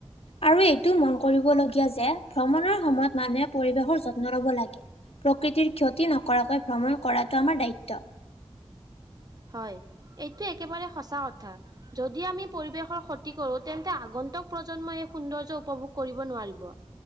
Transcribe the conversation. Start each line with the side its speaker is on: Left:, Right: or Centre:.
Left: আৰু এইটোও মন কৰিবলগীয়া যে ভ্ৰমণৰ সময়ত মানুহে পৰিৱেশৰ যত্ন লব লাগে। প্ৰকৃতিৰ ক্ষতি নকৰাকৈ ভ্ৰমণ কৰাটো আমাৰ দায়িত্ব।
Right: হয় এইটো একেবাৰে সঁচা কথা। যদি আমি পৰিৱেশৰ ক্ষতি কৰোঁ তেন্তে আগন্তুক প্ৰজন্মই এই সৌন্দৰ্য উপভোগ কৰিব নোৱাৰিব।